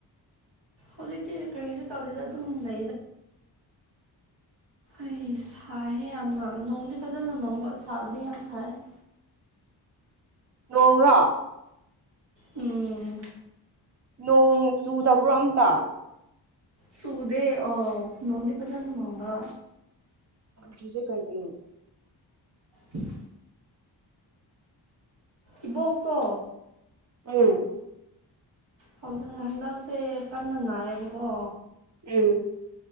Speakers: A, on the right (about 80°); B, on the right (about 40°).
A: ꯍꯧꯖꯤꯛꯇꯤ ꯀꯔꯤꯁꯨ ꯇꯧꯗꯗ ꯑꯗꯨꯝ ꯂꯩ ꯑꯩ ꯁꯥꯏꯍꯦ ꯌꯥꯝꯅ ꯅꯣꯡꯗꯤ ꯐꯖꯅ ꯃꯪꯕ ꯁꯥꯕꯗꯤ ꯌꯥꯝ ꯁꯥꯏ <inaudible>
B: ꯎꯉ
A: ꯎꯝ
B: ꯅꯣꯡ ꯆꯨꯗꯕ꯭ꯔꯣ ꯑꯝꯇ
A: ꯆꯨꯗꯦ ꯑ ꯅꯣꯡꯣꯟꯗꯤ ꯐꯖꯅꯅꯨꯡ ꯃꯕ
B: ꯆꯁꯦ ꯀꯅꯤ
A: ꯎꯝ ꯏꯕꯣꯛꯀꯣ
B: ꯎꯝ
A: ꯍꯧꯖꯤꯛ ꯍꯟꯗꯛꯁꯦ ꯀꯟꯅ ꯅꯥꯏꯌꯦꯕꯀꯣ
B: ꯎꯝ